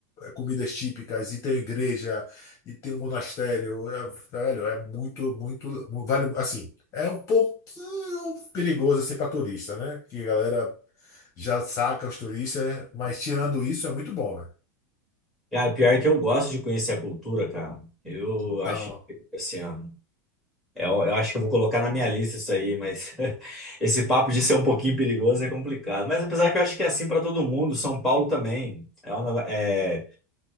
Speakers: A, on the left; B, in the centre.
A: comidas típicas, e tem igreja, e tem um monastério. É, velho, é muito, muito, mu- vale, assim, é um pouquinho perigoso assim para turista, né? Que a galera já saca os turistas, mas tirando isso é muito bom, né?
B: Cara, pior que eu gosto de conhecer a cultura, cara. Eu
A: Então,
B: acho, assim, ó. É, Eu, eu acho que eu vou colocar na minha lista isso aí, mas <laughs> esse papo de ser um pouquinho perigoso é complicado. Mas apesar que eu acho que é assim para todo mundo, São Paulo também. É um nego- é,